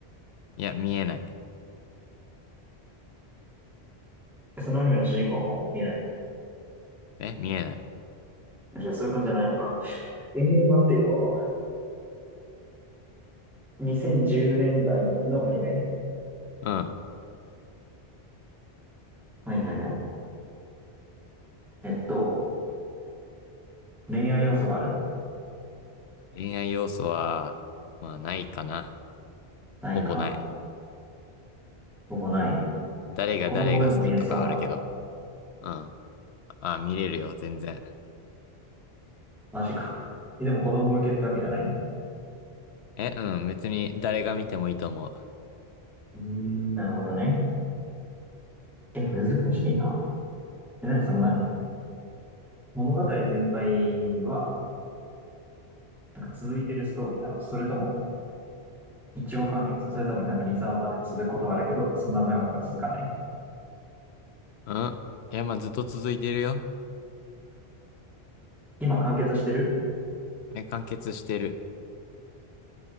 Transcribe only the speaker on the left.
いや、見えない。
え、見えない。
うん。
恋愛要素は、まあないかな。
ほぼない。
誰が誰が好きとかあるけど。
うん。あ、見れるよ、全然。
え、うん、別に誰が見てもいいと思う。
うん。いや、まあずっと続いてるよ。
え、完結してる。